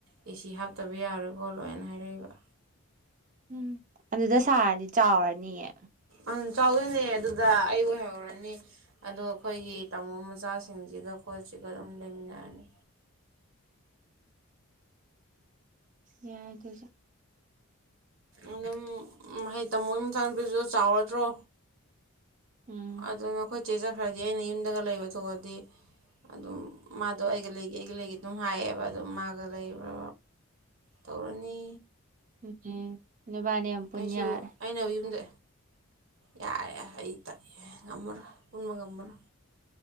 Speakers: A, on the right (about 65°); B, on the right (about 35°).
A: ꯑꯦꯁꯤ ꯍꯥꯞꯇꯕ ꯌꯥꯔꯣꯏ ꯈꯣꯠꯂꯣꯏꯅ ꯍꯥꯏꯔꯛꯏꯕ
B: ꯎꯝ ꯑꯗꯨꯗ ꯁꯥꯔꯗꯤ ꯆꯥꯎꯔꯅꯤꯌꯦ
A: ꯎꯝ ꯆꯥꯎꯗꯣꯏꯅꯦ ꯑꯗꯨꯗ ꯑꯩ ꯑꯣꯏꯍꯧꯔꯅꯤ ꯑꯗꯣ ꯑꯈꯣꯏꯒꯤ ꯇꯥꯃꯣꯒꯤ ꯃꯆꯥꯁꯤꯡꯖꯤꯒ ꯈꯣꯠꯁꯤꯒ ꯑꯗꯨꯝ ꯂꯩꯃꯤꯟꯅꯔꯅꯤ
B: ꯌꯥꯏ ꯑꯗꯨꯖꯨ
A: ꯑꯗꯨꯝ ꯃꯍꯩ ꯇꯃꯣꯒꯤ ꯃꯆꯥ ꯅꯨꯨꯄꯤꯖꯨ ꯆꯥꯎꯔꯗ꯭ꯔꯣ
B: ꯎꯝ
A: ꯑꯗꯨꯅ ꯈꯣꯏ ꯆꯦ ꯆꯠꯈ꯭ꯔꯗꯤ ꯑꯩꯅ ꯌꯨꯝꯗꯒ ꯂꯩꯕ ꯊꯣꯛꯑꯗꯤ ꯑꯗꯨꯝ ꯃꯥꯗꯣ ꯑꯩꯒ ꯂꯩꯒꯦ ꯑꯩꯒ ꯂꯩꯒꯦ ꯑꯗꯨꯝ ꯍꯥꯏꯌꯦꯕ ꯑꯗꯨꯝ ꯃꯥꯒ ꯂꯩꯕ꯭ꯔꯥ ꯇꯧꯔꯅꯤ
B: ꯍꯨꯝ ꯍꯨꯝ ꯅꯣꯏꯕꯥꯅꯤ ꯑꯃ ꯄꯨꯟ
A: ꯑꯩꯁꯨ
B: ꯌꯥꯔꯦ
A: ꯑꯩꯅ ꯌꯨꯝꯗ ꯌꯥꯔꯦ ꯌꯥꯔꯦ ꯑꯩ ꯇꯜꯂꯤꯌꯦ ꯉꯝꯃꯔꯣꯏ ꯄꯨꯟꯕ ꯉꯝꯃꯔꯣꯏ